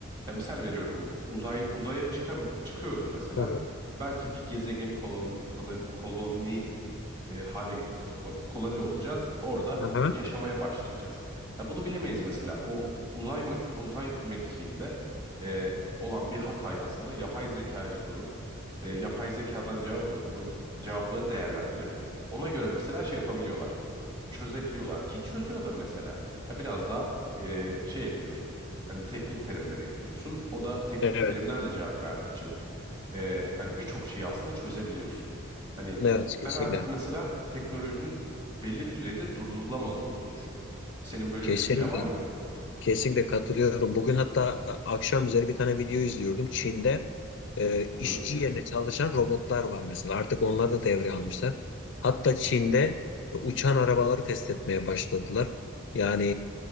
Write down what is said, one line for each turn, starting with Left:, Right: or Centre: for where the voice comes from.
Right: Ya misal veriyorum uzay uzaya çıkam çıkıyoruz mesela.
Left: Hı hı.
Right: Belki bir gezegeni kolon, koloni, e, hale getireceğiz. Ko koloni olacağız. Orada
Left: Hı hı.
Right: yaşamaya başlayacağız. Ha, bunu bilemeyiz mesela. O uzay me- uzay mekiğinde e, olan bir hatayı aslında yapay zekaya sorup e, yapay zekadan cevap alıp o cevapları değerlendirip ona göre mesela şey yapabiliyorlar. Çözebiliyorlar ki çözüyor da mesela. Ha, biraz da e, şey ekliyorsun. Hani teknik terimler ekliyorsun. O da teknik
Left: Evet.
Right: terimlerle cevap verdiği için e, hani birçok şeyi aslında çözebiliyorsun. Hani
Left: Evet kesinlikle.
Right: ben artık mesela teknolojinin belli bir düzeyde durdurulamaz olduğunu düşünüyorum. Senin böyle
Left: Kesinlikle.
Right: bir düşüncen var mı?
Left: Kesinlikle katılıyorum. Bugün hatta e, akşam üzeri bir tane video izliyordum. Çin'de e,
Right: Hı
Left: işçi
Right: hı.
Left: yerine çalışan robotlar var mesela. Artık onları da devreye almışlar. Hatta Çin'de e, uçan arabaları test etmeye başladılar. Yani